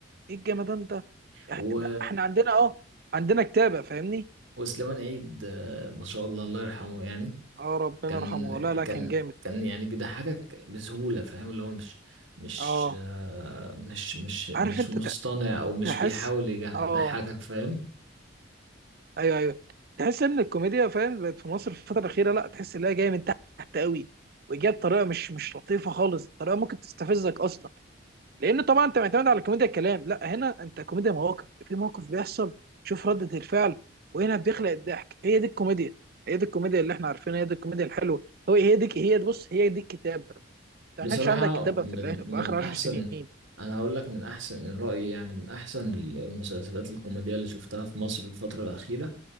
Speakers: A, on the right; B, on the right.
A: ايه الجمدان ده
B: و...
A: إح- ده احنا عندنا اه عندنا كتابة فاهمني
B: وسليمان عيد آه ما شاء الله الله يرحمه يعني
A: اه ربنا
B: كان
A: يرحمه لا لا
B: كان
A: كان جامد
B: كان يعني بيضحكك بسهولة فاهم اللي هو مش مش
A: اه
B: آه، مش مش مش
A: عارف انت
B: مصطنع
A: ت-
B: او مش
A: تحس
B: بيحاول يجه-
A: اه
B: يضحكك فاهم
A: ايوه ايوه تحس ان الكوميديا فاهم بقت في مصر في الفتره الاخيره لا تحس ان هي جايه من تحت قوي وجايه بطريقه مش مش لطيفه خالص طريقه ممكن تستفزك اصلا لان طبعا انت معتمد على كوميديا الكلام لا هنا انت كوميديا مواقف في موقف بيحصل شوف ردة الفعل وهنا بيخلق الضحك هي دي الكوميديا هي دي الكوميديا اللي احنا عارفينها هي دي الكوميديا الحلوه هو هي دي هي بص هي دي الكتابه انت
B: بصراحة
A: ما كانش عندك كتابه
B: من
A: في الاخر في
B: من
A: اخر
B: احسن
A: 10 سنين
B: انا هقول لك من احسن من رأيي يعني من احسن المسلسلات الكوميدية اللي شفتها في مصر الفترة الأخيرة